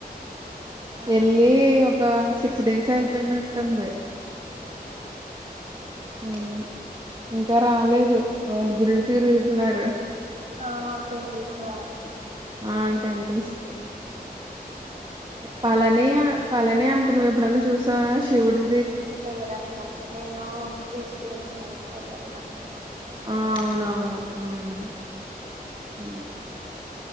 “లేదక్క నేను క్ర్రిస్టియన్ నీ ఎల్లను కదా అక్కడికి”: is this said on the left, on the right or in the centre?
Right